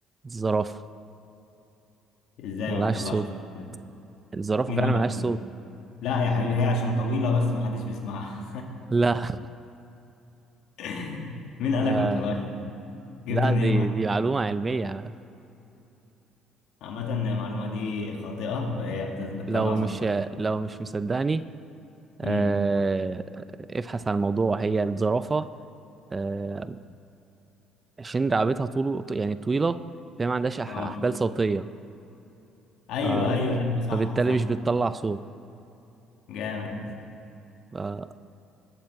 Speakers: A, on the right; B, on the left.
A: الزرافة
B: ازاي
A: ملهاش
B: ما بيطلعش
A: صوت
B: صوت يعني؟
A: الزرافة
B: مين
A: فعلا
B: قالك
A: ملهاش
B: مين؟
A: صوت
B: لا يا حبيبي هي عشان طويلة بس محدش بيسمعها
A: لا
B: <laughs> مين قالك
A: <laughs>
B: ما بيطلعش
A: آه
B: صوت؟ جبت
A: لا
B: منين
A: دي
B: المعلومة
A: دي معلومة علمية
B: عامة المعلومة دي خاطئة وهي بت- بتطلع
A: لو
B: صوت
A: مش
B: فعلا
A: لو مش مصدقني آه،
B: امم
A: ابحث عن الموضوع هي الزرافة آه، عشان رقبتها طول يعني طويلة فهي ما عندهاش أح-
B: اه
A: أحبال صوتية
B: ايوه
A: ف-
B: ايوه ايوه صح
A: فبالتالي
B: صح
A: مش بتطلع صوت
B: جامد
A: آه،